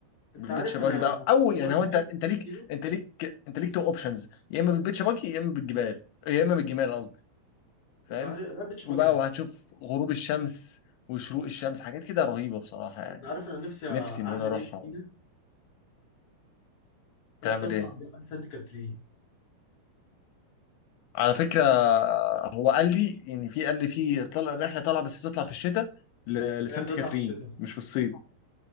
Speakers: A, on the left; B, on the left.
A: انت
B: بالبيتش
A: عارف
B: باجي
A: انا
B: بقى او
A: نفسي
B: يعني
A: اروح
B: هو انت انت ليك
A: فين
B: انت ليك انت ليك تو اوبشنز يا اما بالبيتش باجي يا اما بالجبال يا اما بالجمال قصدي فاهم
A: انت عارف لا بيتش باجي
B: وبقى
A: احسن
B: وهتشوف غروب الشمس وشروق الشمس حاجات كده رهيبه بصراحه يعني
A: انت عارف انا نفسي اعمل
B: نفسي ان انا اروحها
A: ايه في سينا
B: تعمل
A: نفسي اطلع
B: ايه
A: جبل سانت كاترين
B: على فكره هو قال لي يعني في قال لي في طلع رحله طالعه بس بتطلع في الشتاء ل- لسانت
A: هي بتطلع
B: كاترين
A: في الشتاء
B: مش في الصيف